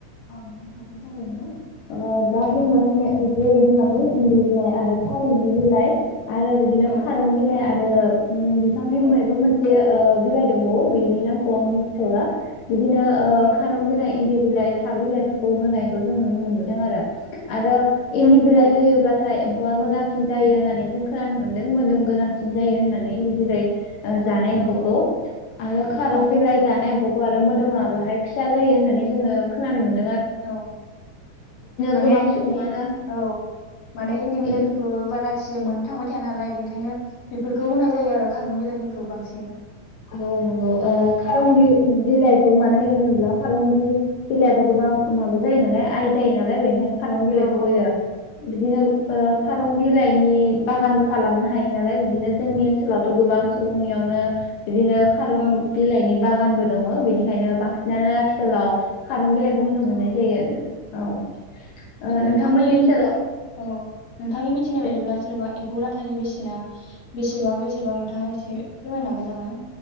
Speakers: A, on the left; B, on the left.
A: <unintelligible> ओ दा
B: औ
A: जोङो होननाय जेरै होनलांदों इन्दि बिलाइ आरो थारुननि बिलाइ आरो बिदिनो
B: औ
A: खारं बिलाइ। आरो उम बिफांनि
B: औ
A: मायबा मोनसे ओ बिलाइ दंबावो बिनि नामखौ आं मिथिथ'ला बिदिनो ओ
B: औ
A: खारं बिलाइ इ <unintelligible> बिलाय था बिलाइफोरखौ होनायखौ जों नुनो मोनबोदों आरो। आरो इन्दि बिलाइ होयोब्ला थाय एम्फौआ मोजांसिन जायो होननानै जों खोनानो मोनदों मोदोम गोनांसिन जायो होननानै इन्दि‌ बिलाय ओ जानाय
B: औ
A: एम्फौखौ आरो खारं
B: औ
A: बिलाइ जानाय एम्फौ आरो मोदोमा बाहाय फिसा जायो होननानै जोङो खोनानो मोन
B: औ माने
A: गोबां सुबुङानो
B: इ औ माने इन्दि बिलाइफोरखौ
A: इन-
B: बारा इस <unintelligible> मोननो थांबाय थाया नालाय बेनि ओंखायनो बेफोरखौ होनाय जायो आरो। खारं बिलाइफोरखौ बांसिन
A: आरो अ नंगौ ओ खारं
B: औ
A: बि बिलाय खौ मानो होयो होनोब्ला खारुं बि बिलायाथ' गोबां माबा जायो नालाय आइ जायो नालाय बेनिखायनो खारं बिलाइखौ
B: औ
A: होयो।
B: औ
A: बिदिनो ओ खारं
B: औ
A: बिलाइनि बागानबो खालामनो हायो नालाय बिदिनो जोंनि ओनसोलावथ' गोबां सुबुंनियावनो बिदिनो खारं
B: औ
A: बिलाइनि बागानबो दङ' बेनिखायनो बांसिनानो आथिखालाव खारं बिलाइ खौ होनो मोननाय
B: औ
A: जायो। औ ओ
B: नोंथांनि
A: नोंथांमोननि ओनसोलाव
B: औ नोंथांनि मिथिनाय
A: दे
B: बायदिब्ला जेनेबा एम्फौ लाथानि बेसेना बेसेबां बेसेबां नोंथाङा एसे फोरमायनो हागोन नामा?